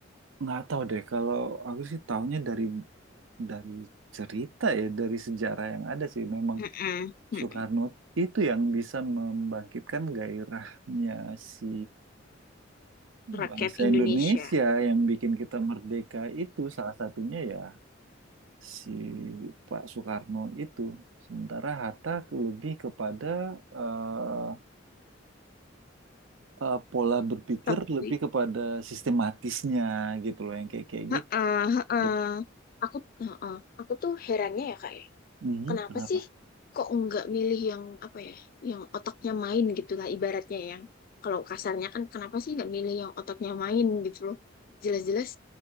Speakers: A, on the right; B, on the left.
A: nggak tahu deh. Kalau aku sih taunya dari dari cerita ya, dari sejarah yang ada sih. Memang
B: Mm-mm, mm-mm.
A: Soekarno itu yang bisa membangkitkan gairahnya si
B: Rakyat
A: bangsa
B: Indonesia.
A: Indonesia yang bikin kita merdeka itu salah satunya ya si Pak Soekarno itu. Sementara Hatta lebih kepada eh, eh, pola berpikir
B: Tapi,
A: lebih kepada sistematisnya gitu loh yang kayak kayak
B: heeh,
A: gitu.
B: heeh.
A: Dia masuk,
B: Aku, heeh, aku tuh herannya ya kak. ya,
A: "Mhm,
B: kenapa
A: kenapa?
B: sih kok nggak milih yang apa ya, yang otaknya main gitu lah ibaratnya yang kalau kasarnya kan kenapa sih nggak milih yang otaknya main gitu loh. Jelas-jelas